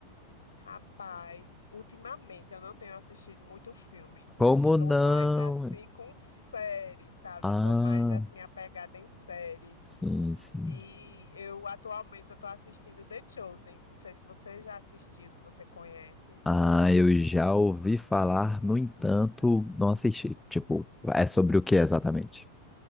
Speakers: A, on the left (about 75°); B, in the centre.
A: Rapaz, ultimamente eu não tenho assistido muito filme.
B: Como
A: Eu estou
B: não?
A: mais assim com séries, sabe?
B: Ah,
A: Estou mais assim apegada em séries.
B: sim, sim.
A: E eu atualmente eu estou assistindo The Chosen. Não sei se você já assistiu, se você conhece.
B: Ah, eu já ouvi falar, no entanto, não assisti. Tipo, é sobre o que exatamente?